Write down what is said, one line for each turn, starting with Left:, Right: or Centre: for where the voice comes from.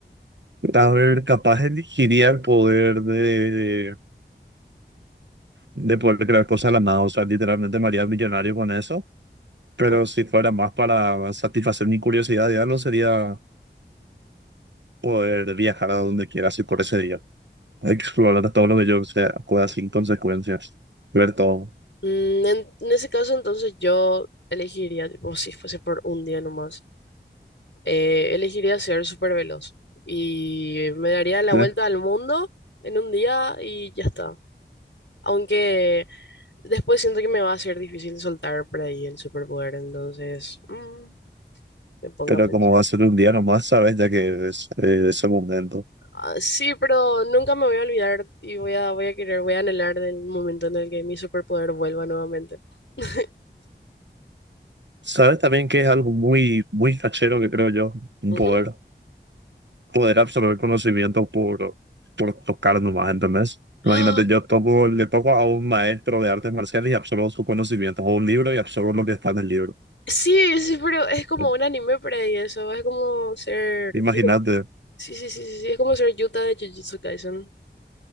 Right: A ver, capaz elegiría el poder de, de poder crear cosas de la nada, o sea, literalmente me haría millonario con eso, pero
Left: Ajá.
Right: si fuera más para satisfacer mi curiosidad, ya no sería poder viajar a donde quiera, así por ese día, explorar todo lo que yo sea, pueda sin consecuencias, ver todo.
Left: Mm, en, en ese caso, entonces yo elegiría, tipo, si fuese por un día nomás, eh, elegiría ser súper veloz. Y me daría la
Right: Sí,
Left: vuelta al mundo en un día y ya está. Aunque Después siento que me va a ser difícil soltar por ahí el superpoder, entonces mm, me pongo
Right: Pero
Left: a pensar.
Right: como va a ser un día nomás, sabes, ya que es eh, ese momento.
Left: Ah, sí, pero nunca me voy a olvidar y voy a, voy a querer, voy a anhelar del momento en el que mi superpoder vuelva nuevamente. <laughs>
Right: Sabes también que es algo muy, muy cachero que creo yo, un
Left: Ujú.
Right: poder, poder absorber conocimiento por, por tocar nomás, ¿entendés? Imagínate,
Left: ¡Ah!
Right: yo toco, le toco a un maestro de artes marciales y absorbo su conocimiento o un libro y absorbo lo que está en el libro.
Left: Sí, sí, pero es como
Right: Eh,
Left: un anime por ahí eso, es como ser...
Right: Imagínate,
Left: y no- Sí, sí, sí, sí, sí, es como ser Yuta de Jujutsu Kaisen.